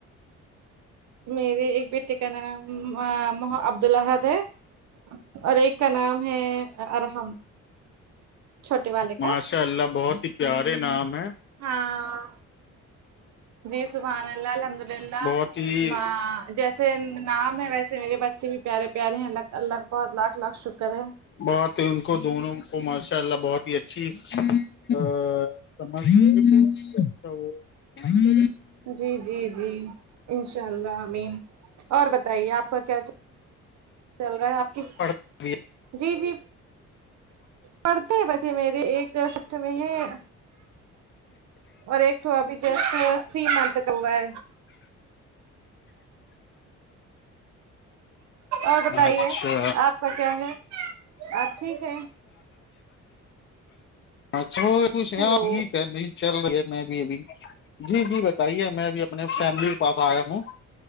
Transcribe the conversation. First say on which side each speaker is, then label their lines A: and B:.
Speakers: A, on the right (about 65°); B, on the left (about 40°).
A: میرے ایک بیٹے کا نام عبد الحد ہے اور ایک کا نام ہے ارحم چھوٹے والے
B: ماشاء
A: کا
B: اللہ بہت ہی پیارے نام ہے
A: ہاں جی سبحان اللہ الحمد للہ
B: بہت ہی
A: جیسے نام ہے ویسے میرے بچے بھی پیارے پیارے ہیں اللہ کا بہت لاکھ لاکھ شکر ہے
B: بہت ہی ان کو دونوں کو ماشاء اللہ بہت ہی اچھی <unintelligible>
A: جی جی جی انشاء اللہ امین اور بتائیے آپ کا کیا چل چل رہا ہے آپ کس
B: <inaudible>
A: جی جی پڑھتے ہیں بچے میرے ایک تو میں یہ اور ایک تو ابھی جیسٹ ہے تھری منتھ کا ہوا ہے اور بتائیے
B: اچھا
A: آپ کا کیا ہے آپ ٹھیک ہے
B: <unintelligible> خوش ہیں
A: ہیلو
B: اپ ٹھیک ہے نہیں چل رہی ہے میں بھی ابھی جی جی بتائیے میں اب فیملی کے پاس آیا ہوں